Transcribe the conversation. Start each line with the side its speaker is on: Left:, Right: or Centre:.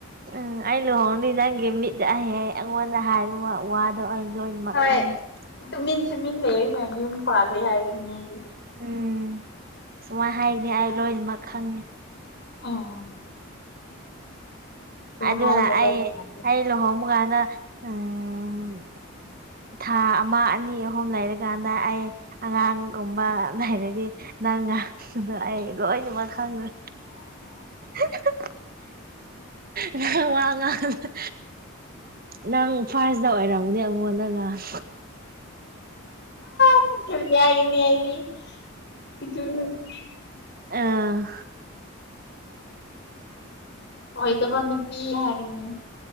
Right: ꯎꯝ ꯑꯩ ꯂꯨꯍꯣꯡꯅꯤ ꯅꯪꯒꯤ ꯃꯤꯠ ꯑꯍꯦ ꯑꯩꯉꯣꯟꯗ ꯍꯥꯏꯔꯨ ꯋꯥ ꯋꯥꯗꯣ ꯑꯩ ꯫ ꯂꯣꯏꯃꯛ
Left: ꯍꯣꯏ
Right: ꯈꯪꯉꯤ꯫
Left: ꯇꯨꯃꯤꯟ ꯇꯨꯃꯤꯟ ꯂꯩꯔꯀꯥꯟ ꯌꯨꯝ ꯄꯥꯜꯂꯦ ꯍꯥꯏꯒꯅꯤ ꯑꯩꯗꯤ꯫
Right: ꯎꯝ ꯁꯨꯃꯥꯏ ꯍꯥꯏꯒꯅꯤ ꯑꯩ ꯂꯣꯏꯅꯃꯛ ꯈꯪꯉꯦ꯫
Left: ꯑ‌ꯣ
Right: ꯑꯗꯨꯅ
Left: ꯍꯥꯏꯗꯕ
Right: ꯑꯩ
Left: ꯌꯥꯗꯦ
Right: ꯑꯩ ꯂꯨꯍꯣꯡꯕ ꯀꯥꯟꯗ ꯎꯝ_ _
Left: <inaudible>
Right: ꯊꯥ ꯑꯃꯥ ꯑꯅꯤ ꯑꯍꯨꯝ ꯂꯩꯔꯀꯥꯟꯗ ꯑꯩ_ _ ꯑꯉꯥꯡꯒꯨꯝꯕ ꯂꯩꯔꯗꯤ ꯅꯪ ꯉꯥꯡꯕꯗꯣ ꯑꯩ ꯂꯣꯏꯅꯃꯛ_ _ <unintelligible> ꯅꯪ ꯋꯥ ꯉꯥꯡ_ _ ꯅꯪ ꯐꯥꯁꯗ ꯑꯣꯏꯔꯝꯒꯅꯤ ꯑꯩꯉꯣꯟꯗ ꯉꯥꯡ꯫
Left: <unintelligible> ꯏꯆꯟꯅꯨꯄꯤ
Right: ꯑꯥ_ _
Left: ꯑꯣꯏꯗꯕ ꯅꯨꯄꯤ ꯍꯥꯏꯒꯅꯤ꯫